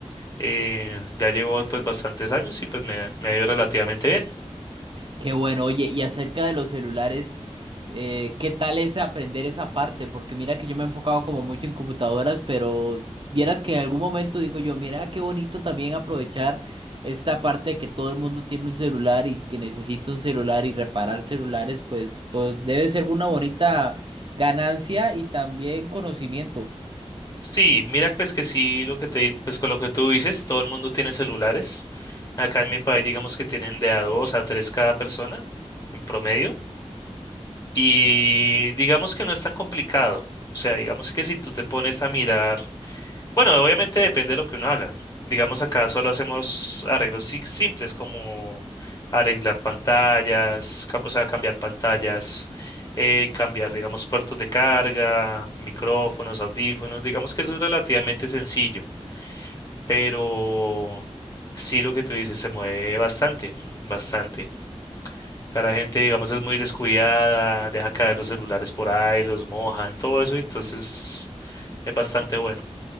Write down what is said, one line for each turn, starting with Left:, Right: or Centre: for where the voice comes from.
Left: Eh, ya llevo pues bastantes años y pues me, ha- me ha ido relativamente bien.
Right: Qué bueno, oye, y acerca de los celulares, eh, ¿qué tal es aprender esa parte? Porque mira que yo me he enfocado como mucho en computadoras, pero vieras que en algún momento digo yo, mira qué bonito también aprovechar esta parte de que todo el mundo tiene un celular y que necesita un celular y reparar celulares, pues, pues debe ser una bonita ganancia y también conocimiento.
Left: Sí, mira, pues que sí, lo que te, pues con lo que tú dices, todo el mundo tiene celulares. Acá en mi país, digamos que tienen de a dos a tres cada persona en promedio. Y digamos que no es tan complicado. O sea, digamos que si tú te pones a mirar, bueno, obviamente depende de lo que uno haga. Digamos acá solo hacemos arreglos si- simples como arreglar pantallas, cam- o sea, cambiar pantallas, eh, cambiar, digamos, puertos de carga, micrófonos, audífonos. Digamos que eso es relativamente sencillo, pero sí lo que tú dices se mueve bastante, bastante. Acá la gente, digamos, es muy descuidada, deja caer los celulares por ahí, los mojan, todo eso, entonces es bastante bueno.